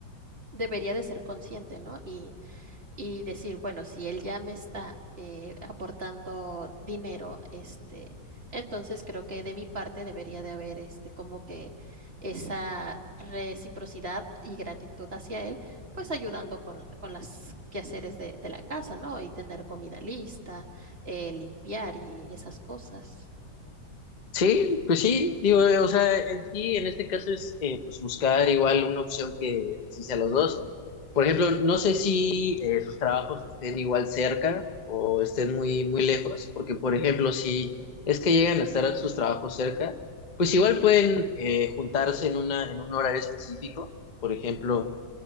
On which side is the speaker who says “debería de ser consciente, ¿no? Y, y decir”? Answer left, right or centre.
Right